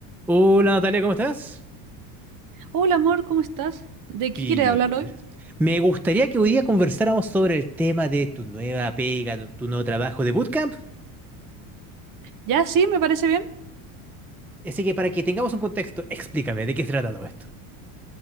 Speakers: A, in the centre; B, on the right (about 45°).
A: Hola Natalia, ¿cómo estás?
B: Hola amor, ¿cómo estás? ¿De qué
A: Bien,
B: quieres hablar
A: bien,
B: hoy?
A: gracias. Me gustaría que hoy día conversáramos sobre el tema de tu nueva pega, tu nuevo trabajo de bootcamp.
B: Ya, sí, me parece bien.
A: Así que para que tengamos un contexto, explícame de qué se trata todo esto.